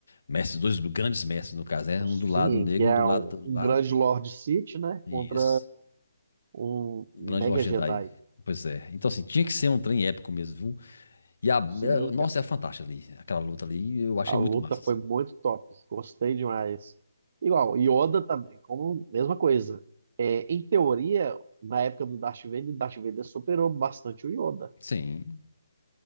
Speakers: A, on the left; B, on the right.
A: mestres, dois grandes mestres, no caso, né? Um
B: Sim,
A: do lado negro,
B: que é
A: um do lado
B: um
A: do
B: um
A: lá,
B: grande Lord City, né?
A: e
B: Contra
A: esse,
B: um
A: um
B: um
A: grande
B: Mega
A: Lord Jedi.
B: Jedi.
A: Pois é. Então, assim, tinha que ser um trem épico mesmo, viu? E a, é,
B: Sim,
A: nossa, é fantástica ali, aquela luta ali, eu achei
B: A luta
A: muito massa,
B: foi
A: assim.
B: muito top. Gostei demais. Igual, Yoda também, como mesma coisa. É, em teoria, na época do Darth Vader, Darth Vader superou bastante o Yoda.
A: Sim.